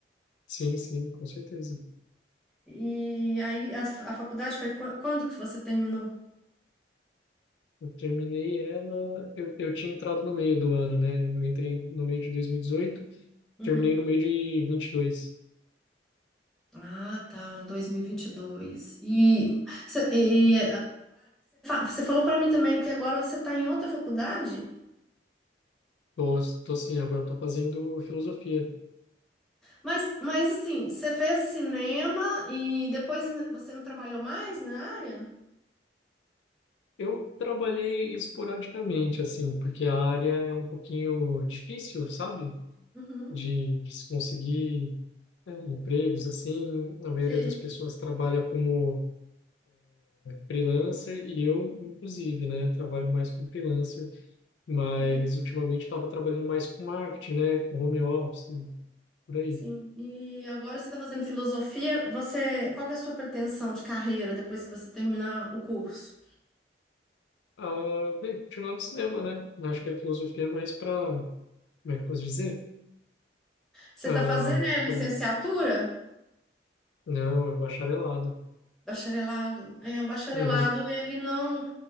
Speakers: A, on the left (about 85°); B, in the centre.
A: Sim, sim, com certeza.
B: E aí a, a faculdade foi qua- quando que você terminou?
A: Eu terminei ela, eu, eu tinha entrado no meio do ano, né? Eu entrei no meio de 2018,
B: Uhum.
A: terminei no meio de 22.
B: Ah, tá, em 2022. E vinte e dois. E você falou para mim também que agora você está em outra faculdade?
A: Tô, tô assim, agora eu tô fazendo filosofia.
B: Mas, mas assim, você fez cinema e depois você não trabalhou mais na área?
A: Eu trabalhei esporadicamente, assim, porque a área é um pouquinho difícil, sabe?
B: Uhum,
A: De se conseguir, né, empregos, assim. A maioria
B: sei.
A: das pessoas trabalha como freelancer e eu, inclusive, né? Trabalho mais como freelancer, mas
B: Uhum,
A: ultimamente estava trabalhando mais com marketing, né? Com home office, por aí.
B: sim. E agora você está fazendo filosofia. Você, qual que é a sua pretensão de carreira depois que você terminar o curso?
A: Ah, bem, continuar no cinema, né? Acho que a filosofia é mais para, como é que eu posso dizer?
B: Você
A: Ah,
B: está fazendo é licenciatura?
A: para... Não, é bacharelado.
B: Bacharelado. É, o bacharelado
A: Uhum.
B: ele não